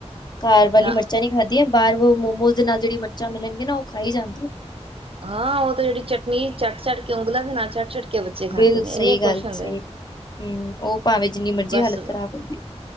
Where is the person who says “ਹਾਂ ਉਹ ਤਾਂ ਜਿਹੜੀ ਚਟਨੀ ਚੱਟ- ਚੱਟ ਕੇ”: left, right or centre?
Right